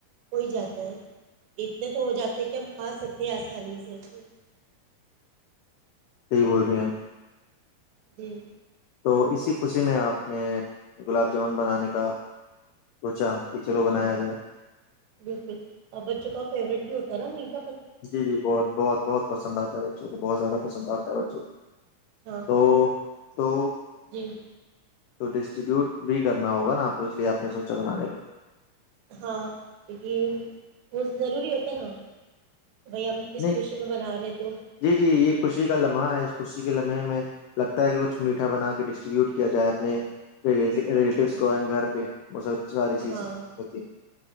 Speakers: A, on the right; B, on the left.
A: کوئی جاتا ہے اتنے تو ہو جاتے کہ ہم کھا سکتے ہیں آسانیوں سے اس میں
B: صحیح بول رہے ہیں آپ
A: جی
B: تو اسی خوشی میں آپ نے گلاب جامن بنانے کا سوچا کہ چلو بنایا
A: ہاں
B: جائے
A: بالکل اور بچوں کا فیوریٹ بھی ہوتا ہے نا م
B: جی جی بہت بہت بہت پسند آتا ہے بچوں کو بہت زیادہ پسند آتا ہے بچوں کو
A: ہاں
B: تو تو
A: جی
B: تو ڈسٹریبیوٹ بھی کرنا ہوگا نا آپ کو سوچھ لیا آپ نے سوچا بنانے کا
A: ہاں کیونکہ وہ ضروری ہوتا نا بھائی ہم کس
B: نہیں
A: خوشی میں بنا رہے تو
B: جی جی یہ خوشی کا لمحہ ہے خوشی کے لمحے میں لگتا ہے کہ کچھ میٹھا بنا کے ڈسٹریبیوٹ کیا جائے اپنے ریٹو ریلیٹیوس
A: ہاں
B: کوئ گھر پہ وہ سب ساری چیزیں
A: ہاں
B: ہوتی
A: ہاں
B: ہیں